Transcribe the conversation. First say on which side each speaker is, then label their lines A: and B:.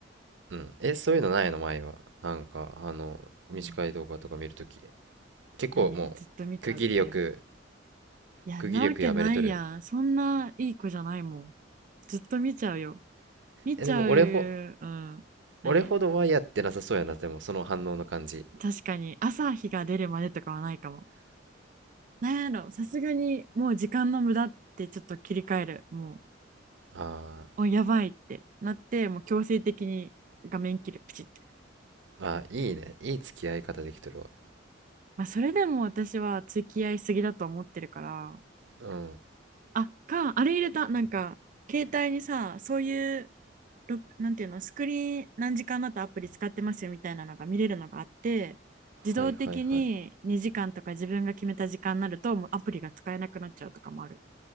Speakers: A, on the right; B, on the right.
A: うん。え、そういうのないの前は。なんか、あの、短い動画とか見るとき。
B: うん
A: 結構もう、
B: 何ずっと見ちゃうって。
A: 区切りよく、
B: いや、
A: 区切りよくやめれとる。
B: んなわけないやん。そんないい子じゃないもん。ずっと見ちゃうよ。見ちゃう、
A: え、でも俺ほ、
B: うん。何
A: 俺ほどはやってなさそうやな、でも、その反応の感じ。
B: 確かに、朝日が出るまでとかはないかも。なんやろさすがにもう時間の無駄ってちょっと切り替えるも
A: あ
B: うおやばいってなってもう強制的に画面切るプチって、
A: ーあ、いいね。いい付き合い方できとるわ。
B: まあ、それでも私は付き合いすぎだと思ってるから
A: うん。
B: あかあれ入れたなんか携帯にさそういうろなんていうのスクリーン何時間だとアプリ使ってますよみたいなのが見れるのがあって自動的に2時間とか自分が決めた時間になるともうアプリが使えなくなっちゃうとかもある
A: はいはいはい。